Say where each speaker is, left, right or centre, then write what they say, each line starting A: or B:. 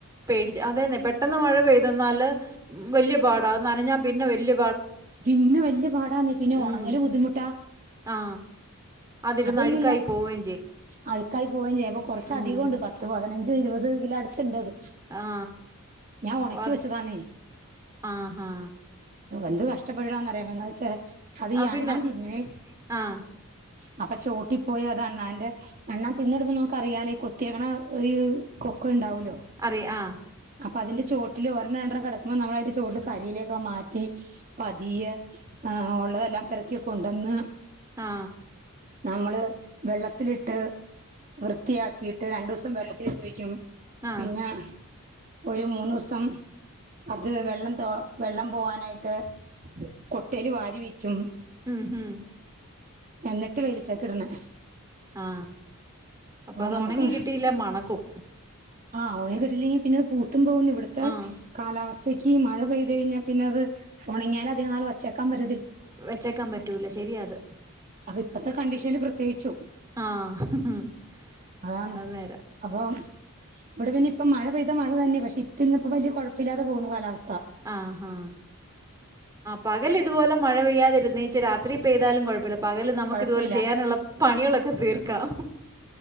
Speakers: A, on the right (about 15°); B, on the right (about 35°).
A: പേടിച്ച് അതെന്നെ പെട്ടെന്ന് മഴ പെയ്തന്നാല് വല്യ പാടാ ന്നനഞ്ഞാ പിന്നെ വല്യ
B: പിന്നെ വല്യ പാടാന്നെ പിന്നെ
A: ഉം
B: ഉണങ്ങല് ബുദ്ധിമുട്ടാ
A: ആ അതിരുന്ന്
B: അത്ന്നില്ല
A: അഴുക്കായി പോവുകയും ചെയ്യും
B: അഴുക്കായി പോവുകയും ചെയും കൊറച്ച്
A: ഉം
B: അധികംണ്ട് <unintelligible> ഇരുപത് ല് അടുത്ത്ണ്ടോ അത്
A: ആ
B: ഞാൻ ഉണക്കി
A: അത്
B: വെച്ചതാന്നേ
A: ആഹാ
B: എന്ത് കഷ്ടപ്പെട്ടിട്ടാന്ന അറിയാ സ അത്
A: ആ
B: ഈ
A: പിന്നെ
B: അണ്ണാ തിന്നുവേ
A: ആ
B: അപ്പൊ ചോട്ടി പോയാ അത് അണ്ണാന്റെ അണ്ണാൻ തിന്നെടുമ്പോ നമുക്ക്‌ അറിയാലേ ഈ കൊത്തിയക്ക്‌ണ ഈ കൊക്ക ഉണ്ടാവൂല്ലോ
A: അറിയാ ആ
B: പ്പ അതിന്റെ ചോട്ടില് ഒരെണ്ണ രണ്ടെണ്ണ കെടക്കുമ്പ നമ്മൾ അതിന്റെ ചോട്ടിൽ കരയിലേക്കെ മാറ്റി പതിയെ ഉള്ളതെല്ലാം പേറക്കി കൊണ്ടന്ന്
A: ആ
B: നമ്മള് വെള്ളത്തിലിട്ട് വൃത്തിയാക്കിയിട്ട് രണ്ടു ദിവസം വെള്ളത്തിലിട്ട് വെക്കും
A: ആ
B: പിന്നെ ഒരു മൂന്ന് ദിവസം അത് വെള്ളം തോ വെള്ളം പോവാനായിട്ട് കൊട്ടേല് വാരി വെക്കും
A: ഉം ഉം
B: എന്നിട്ട് വെലിത്തേക്ക്ട്ണെ
A: ആ അപ്പം അത്
B: നമുക്ക്
A: ഉണങ്ങി കിട്ടിയില്ല മണക്കും
B: ആ ഉണങ്ങി കിട്ടില്ലെങ്കിൽ പിന്നെ പു ത്തുമ്പോന്ന് ഇവിടുത്തെ
A: ആ
B: കാലാവസ്ഥ ത്തേക്ക് മഴ പെയ്ത് കഴിഞ്ഞാൽ പിന്നെത് ഉണങ്ങിയാൽ അധികം നാൾ വച്ചേക്കാൻ പറ്റ
A: വെച്ചേക്കാൻ പറ്റൂല ശരിയാ അത്
B: അത് ഇപ്പത്തെ കണ്ടീഷനിൽ പ്രത്യേകിച്ചും
A: ആ <unintelligible>
B: അതാണ്
A: അത് നേരാ
B: അപ്പൊ ഇവിടെ പിന്നെ ഇപ്പ മഴ പെയ്താ മഴ നന്നിം ബക്ഷേ ഇപ്പ ഇന്നിപ്പോ വലിയ കുഴപ്പല്ലാതെ പോകുന്നു കാലാവസ്ഥ
A: ആ ഹാ പകല് ഇതുപോലെ മഴ പെയ്യാതിരുന്നേച്ച് രാത്രി പെയ്താലും കുഴപ്പല്ല പകല് നമ്മക്ക്
B: കുഴപ്പമില്ല
A: ഇതുപോലെ ചെയ്യാനുള്ള പണികളൊക്കെ തീർക്കാം